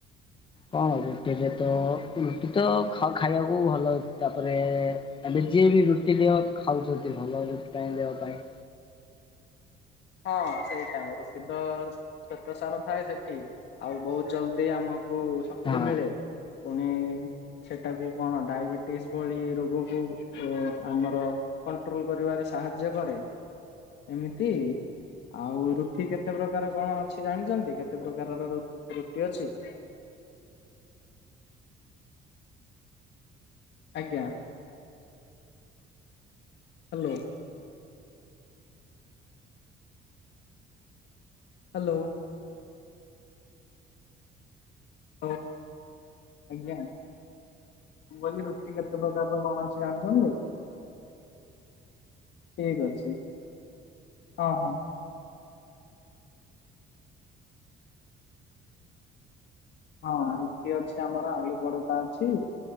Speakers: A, on the left (about 25°); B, on the left (about 65°).
A: କଣ ରୁଟିରେ ତ ରୁଟି ତ ଖାଇବାକୁ ଭଲ ଅଛି ତାପରେ ଏବେ ଯିଏ ବି ରୁଟି ନିଅ, ଖାଉଛନ୍ତି ଭଲ ରୁଟି ପାଇଁ ଦେହ ପାଇଁ।
B: ହଁ ସେଇଟା ରୁଟି ତ ଶ୍ଵେତ ସାର ଥାଏ ସେଠି, ଆଉ ବହୁତ ଜଲଦି ଆମକୁ ଶକ୍ତି
A: ହଁ
B: ମିଳେ। ପୁଣି ସେଟା ବି କଣ, ଡାଇବେଟିସ୍ ଭଳି ରୋଗକୁ ଆମର କଣ୍ଟ୍ରୋଲ କରିବାରେ, ସାହାଯ୍ୟ କରେ ଏମିତି ଆଉ ରୁଟି କେତେ ପ୍ରକାର କଣ ଅଛି ଜାଣିଛନ୍ତି? କେତେ ପ୍ରକାରର ରୁଟି ଅଛି? ଆଜ୍ଞା ହାଲୋ ହ୍ୟାଲୋ ହଉ ଆଜ୍ଞା ମୁଁ କହିଲି ରୁଟି କେତେ ପ୍ରକାରର କଣ ଅଛି ଜାଣିଛନ୍ତି? ଠିକ୍ ଅଛି ହଁ ହଁ ହଁ ରୁଟି ଅଛି ଆମର, ଆଳୁ ପରଟା ଅଛି।